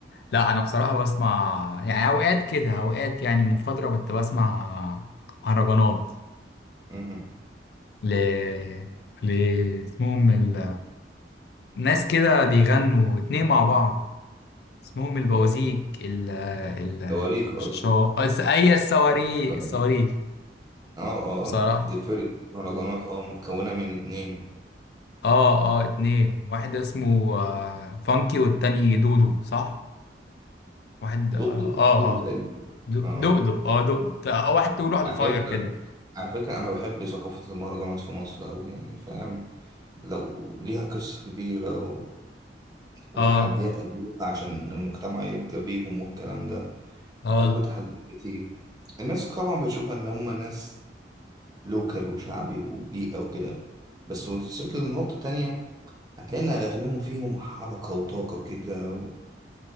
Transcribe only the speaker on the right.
مهم.
إيه،
تواريخ قصدك
تواريخ.
اه
اه دي فرقة مهرجانات اه متكونة من اتنين
دقدق
وسودو
تقريبا
اه
على
فكرة
على فكرة أنا بحب ثقافة المهرجانات في مصر أوي يعني فاهم لو ليها قصة كبيرة و... وتحديات
قابلوها عشان المجتمع يرضى بيهم والكلام ده
قابلوا تحديات كتير الناس طبعا بتشوفها إن هما ناس لوكال وشعبي وبيئة وكده بس لو وصلت لنقطة تانية هتلاقي إن أغانيهم فيهم حركة وطاقة كده و-